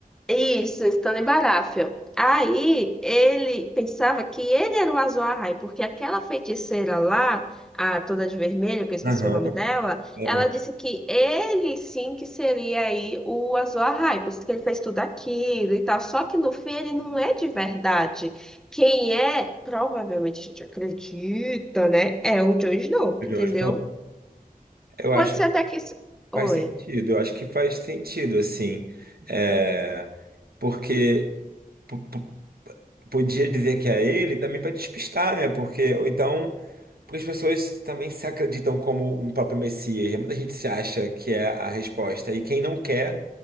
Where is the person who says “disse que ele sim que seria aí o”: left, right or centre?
Centre